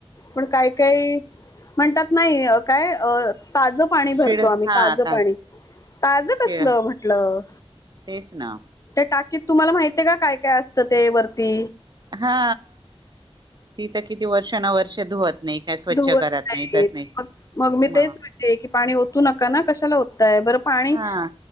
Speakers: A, on the left; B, on the right.
A: पण काय काही म्हणतात नाही काय ताज पाणी भरतो
B: शिळ
A: आम्ही,
B: हा
A: ताजं
B: ताज
A: पाणी ताजं कसलं
B: शिळ
A: म्हटलं,
B: तेच ना
A: त्या टाकीत तुम्हाला माहती आहे का, काय काय असतं ते वरती
B: हा ती तर किती वर्ष न वर्ष धुवत नाही काय स्वच्छ
A: धुवत
B: करत
A: नाहीत
B: नाही तर नाही
A: मग मग मी तेच
B: म
A: की ते पाणी ओतू नका ना कशाला होतय बर पाणी
B: हा